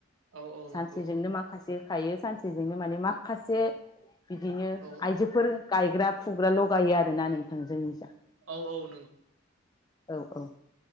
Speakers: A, on the right (about 80°); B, on the left (about 20°).
A: औ औ
B: सानसेजोंनो
A: नंगौ
B: माखासे हायो सानसेजोंनो माने माख खासे
A: औ
B: बिदिनो
A: औ
B: आइजोफोर गायग्रा फुग्रा लगायो आरोना नोंथां जोंनि जा
A: औ औ
B: औ औ